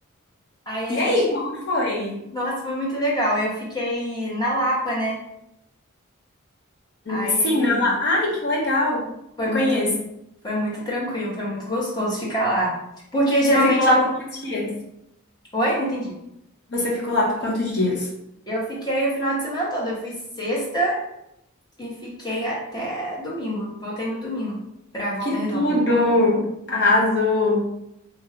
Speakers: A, on the left; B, on the left.
A: Aí a
B: E
A: gente,
B: aí, como foi?
A: nossa, foi muito legal. Eu fiquei na Lapa, né? Aí
B: Sim, na lá. Ai, que legal.
A: foi
B: Eu
A: muito,
B: conheço.
A: foi muito tranquilo, foi muito gostoso ficar lá. Porque geralmente
B: Você ficou lá
A: eu
B: por
A: vou.
B: quantos dias?
A: Oi, não entendi.
B: Você ficou lá por quantos dias?
A: Eu fiquei o final de semana todo. Eu fui sexta e fiquei até domingo. Voltei no domingo pra Volta
B: Que
A: Redonda.
B: tudo! Arrasou.